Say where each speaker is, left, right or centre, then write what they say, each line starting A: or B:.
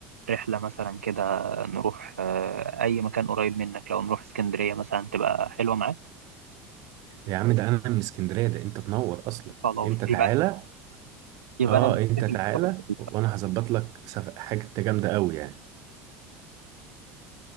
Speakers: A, on the right; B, on the right.
A: رحلة مثلا كده نروح آه، أي مكان قريب منك لو نروح اسكندرية مثلا تبقى حلوة معاك
B: يا عم ده أنا من اسكندرية ده أنت تنور أصلا
A: خلاص
B: أنت تعالى
A: يبقى يبقى
B: أه
A: أنا اللي
B: أنت
A: هحتفل
B: تعالى
A: الأسبوع اللي
B: وأنا
A: فات.
B: هظبط لك سف... حاجة جامدة قوي يعني